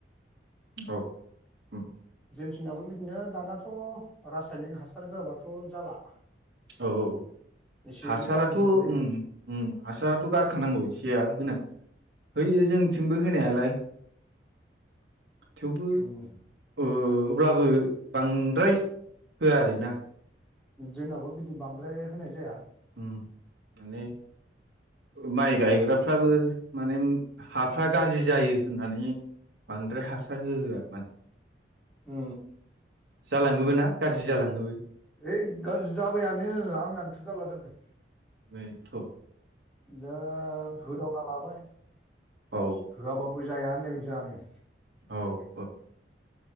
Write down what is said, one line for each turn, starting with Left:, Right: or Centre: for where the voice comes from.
Right: औ ओम।
Centre: थिंनियाबो बिदिनो दानाथ' रासायनिक हासार होआबाथ' जाला।
Right: औ औ।
Centre: एसे
Right: हासाराथ'
Centre: एनै गारनो गोनां जायो
Right: उम उम हासाराथ' गारखानांगौ एसेया होनां होयो जोंथिंबो होनायालाय। थेवबो
Centre: उम
Right: ओ अब्लाबो बांद्राय होआ आरो ना।
Centre: जोंनाबो बिदि बांद्राय होनाय जाया।
Right: उम माने माइ गायग्राफ्राबो माने हाफ्रा गाज्रि जायो होननानै बांद्राय हासार होहोआ माने
Centre: अ
Right: जालाङोबो ना गाज्रि जालाङोबो
Centre: है गाज्रि जाबायानो आंनानोथ जारला जादों।
Right: बेथ'
Centre: दा होदावना लाबाय
Right: औ
Centre: होआबाबो जाया होननाय बायदि यानो।
Right: औ औ।